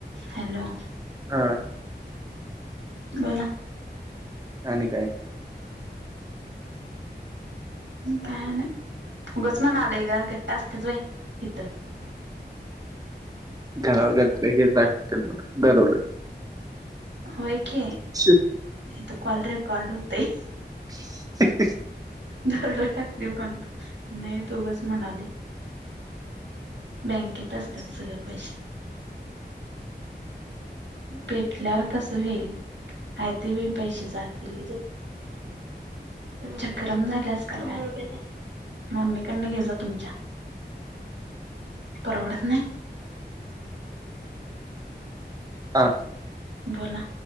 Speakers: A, on the right (about 85°); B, on the right (about 20°).
A: हॅलो.
B: हा.
A: बोला.
B: आणि काय.
A: काय नाय. उगच म्हणालोय गं, घट्ट असत्यात व्हयं इथं.
B: घरावर <unintelligible> दरोड.
A: होय की
B: दरोडे
A: इथं कॉल रेकॉर्ड होतंय.
B: <inaudible>
A: दरोड टाकतील कोण पण नाहीतर उगाच म्हणायले. बँकेत असतात सगळे पैसे. भेटल्यावर कसं होईल. आहे ते बी पैसे जातील. चक्रम झालंस का काय. मम्मीकडन घे जा तुमच्या. परवडत नाय.
B: हां.
A: बोला